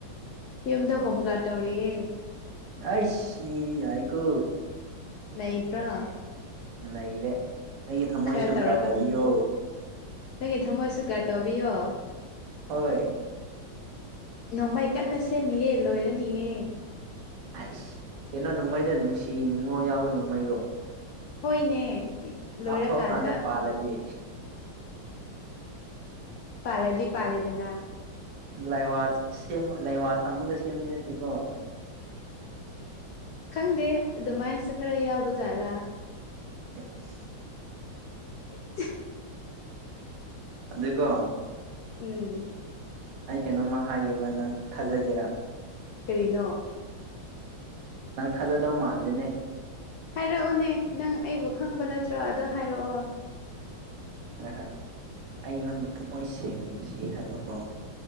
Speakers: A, on the left; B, on the right.
A: ꯌꯨꯝꯗ ꯍꯣꯝ ꯒꯥꯔꯗ ꯇꯧꯔꯤꯌꯦ
B: ꯑꯥꯏꯁ ꯃꯤꯗꯤ ꯌꯥꯏꯀꯣ
A: ꯅꯩꯗ꯭ꯔꯣ
B: ꯅꯩꯔꯦ ꯑꯩꯒꯤ ꯊꯃꯣꯏꯁꯨ
A: ꯈꯔ ꯇꯧꯔꯛꯀꯅꯤ
B: ꯒꯥꯔꯠ ꯇꯧꯕꯤꯌꯣ
A: ꯅꯪꯒꯤ ꯊꯝꯃꯣꯏꯁꯨ ꯒꯥꯔꯠ ꯇꯧꯕꯤꯌꯣ
B: ꯍꯣꯏ
A: ꯅꯣꯡꯃꯩ ꯀꯟꯅ ꯁꯦꯝꯃꯤꯌꯦ ꯂꯣꯏꯔꯅꯤꯌꯦ
B: ꯑꯥꯏꯁ ꯀꯩꯅꯣ ꯅꯣꯡꯃꯩꯗ ꯅꯨꯡꯁꯤ ꯅꯤꯉꯣꯜ ꯌꯥꯎꯕ ꯅꯣꯡꯃꯩꯔꯣ
A: ꯍꯣꯏꯅꯦ ꯂꯣꯏꯔꯀꯥꯟꯗ
B: ꯀꯥꯞꯊꯣꯛꯑ ꯀꯥꯟꯗ ꯄꯥꯜꯂꯗꯤ
A: ꯄꯥꯜꯂꯗꯤ ꯄꯥꯂꯦꯗꯅ
B: ꯂꯥꯏꯋꯥ ꯁꯦꯝꯃ ꯂꯥꯏꯋꯥ ꯊꯝꯃꯒ ꯁꯦꯝꯕꯗꯤ ꯅꯠꯇꯦꯀꯣ
A: ꯈꯪꯗꯦ ꯑꯗꯨꯃꯥꯏꯅꯁꯨ ꯈꯔ ꯌꯥꯎꯕ ꯖꯥꯠꯂꯥ
B: <inaudible>
A: <inaudible>
B: ꯑꯗꯨꯀꯣ
A: ꯎꯝ
B: ꯑꯩ ꯀꯩꯅꯣꯝꯃ ꯍꯥꯏꯒꯦꯕ ꯅꯪ ꯊꯥꯖꯒꯦꯔꯥ
A: ꯀꯔꯤꯅꯣ
B: ꯅꯪ ꯊꯥꯖꯗꯧ ꯃꯥꯥꯟꯗꯦꯅꯦ
A: ꯍꯥꯏꯔꯛꯎꯅꯦ ꯅꯪ ꯑꯩꯕꯨ ꯈꯪꯕ ꯅꯠꯇ꯭ꯔꯣ ꯑꯗꯣ ꯍꯥꯏꯔꯛꯑꯣ
B: ꯍꯣꯏ ꯍꯣꯏ ꯑꯩ ꯅꯪꯕꯨ ꯊꯃꯣꯏ ꯁꯦꯡꯅ ꯅꯨꯡꯁꯤ ꯍꯥꯏꯕꯀꯣ